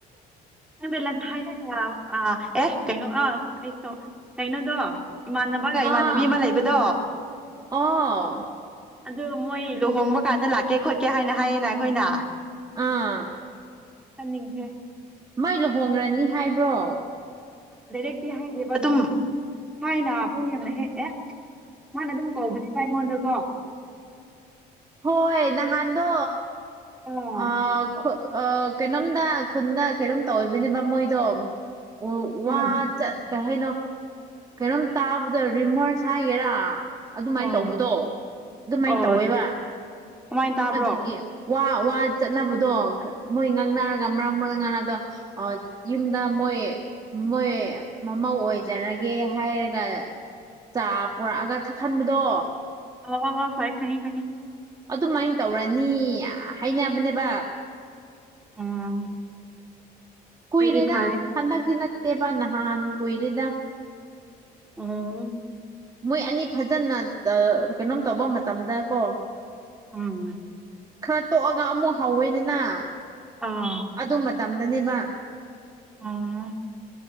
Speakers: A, in the centre; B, on the right (about 20°).
A: ꯍꯕꯂ ꯍꯥꯏꯗꯒ ꯑꯥ ꯑꯦ ꯀꯩꯅꯣ ꯑꯥ ꯑꯩꯁꯨꯣ ꯀꯩꯅꯣꯗꯣ ꯏꯃꯥꯟꯅꯕꯒ ꯏꯃꯥꯟꯅꯕꯤ
B: ꯑꯥ
A: ꯑꯃ ꯂꯩꯕꯗꯣ
B: ꯑꯣ
A: ꯑꯗꯨ ꯃꯣꯏ ꯂꯨꯍꯣꯡꯕ ꯀꯥꯟꯗ ꯂꯥꯛꯀꯦ ꯈꯣꯠꯀꯦ ꯍꯥꯏꯅ ꯍꯥꯏꯌꯦꯅ ꯑꯩꯈꯣꯏꯅ
B: ꯑꯥ
A: ꯑꯅꯤꯡꯦ
B: ꯃꯩ ꯂꯨꯍꯣꯡꯡꯂ꯭ꯔꯅꯤ ꯍꯥꯏꯕ꯭ꯔꯣ
A: ꯗꯥꯏꯔꯦꯛꯇꯤ ꯍꯥꯏꯔꯤꯕ ꯑꯗꯨꯝ ꯊꯥꯏꯅꯄꯨꯡꯅꯤꯡ ꯌꯥꯝꯅ ꯍꯦꯛꯑꯦ ꯃꯥꯅ ꯑꯗꯨꯝ ꯀꯧꯕꯅꯤ ꯑꯩꯉꯣꯟꯗꯀꯣ
B: ꯍꯣꯏꯣꯏ ꯅꯍꯥꯟꯗ
A: ꯑꯣ
B: ꯑ ꯑ ꯀꯩꯅꯣꯝꯗ ꯈꯨꯟꯗ ꯀꯩꯅꯣꯝ ꯇꯧꯕꯅꯦꯕ ꯃꯣꯏꯗꯣ ꯎ ꯋꯥꯠ
A: ꯎꯝ
B: ꯀ ꯍꯥꯏꯩꯅꯣ ꯀꯩꯅꯣꯝ ꯇꯥꯕꯗ ꯔꯤꯃꯔꯁ ꯍꯥꯏꯒꯦꯔꯥ ꯑꯗꯨꯃꯥꯏꯅ
A: ꯑꯣ
B: ꯇꯧꯕꯗꯣ ꯑꯗꯨꯃꯥꯏꯅ
A: ꯑꯣ
B: ꯇꯧꯋꯦꯕ
A: ꯀꯃꯥꯏꯅ ꯇꯥꯕ꯭ꯔꯣ
B: ꯑꯗꯨꯒꯤ ꯋꯥ ꯋꯥ ꯆꯠꯅꯕꯗꯣ ꯃꯣꯏ ꯉꯥꯡꯅꯔꯒ ꯃꯔꯛ ꯃꯔꯛꯇ ꯉꯥꯡꯅꯗꯣ ꯌꯨꯝꯗ ꯃꯣꯏ ꯃꯣꯏ ꯃꯃꯧ ꯑꯣꯏꯖꯔꯒꯦ ꯍꯥꯏꯔꯒ ꯆꯥ ꯄꯨꯔꯛꯑꯒ ꯊꯛꯍꯟꯕꯗꯣ
A: ꯍꯋꯥ ꯍ ꯐꯥꯏ ꯈꯪꯉ ꯈꯪꯉ
B: ꯑꯗꯨꯃꯥꯏꯅ ꯇꯧꯔꯅꯤ ꯍꯥꯏꯅꯕꯅꯦꯕ
A: ꯎꯝ
B: ꯀꯨꯏꯔꯦꯗ
A: ꯑꯗꯨꯗꯤ ꯐꯔꯦ
B: ꯍꯟꯗꯛ ꯅꯠꯇꯦꯕ ꯅꯍꯥꯟ ꯀꯨꯏꯔꯦꯗ
A: ꯑꯝ
B: ꯃꯣꯏ ꯑꯅꯤ ꯐꯖꯅ ꯀꯩꯅꯣꯝ ꯇꯧꯕ ꯃꯇꯝꯗ ꯀꯣ
A: ꯑꯥ
B: ꯈꯔ ꯇꯣꯛꯑꯒ ꯑꯃꯨꯛ ꯍꯧꯋꯦꯅꯤꯅ
A: ꯑꯥ
B: ꯑꯗꯨ ꯃꯇꯝꯗꯅꯦꯕ
A: ꯑꯥ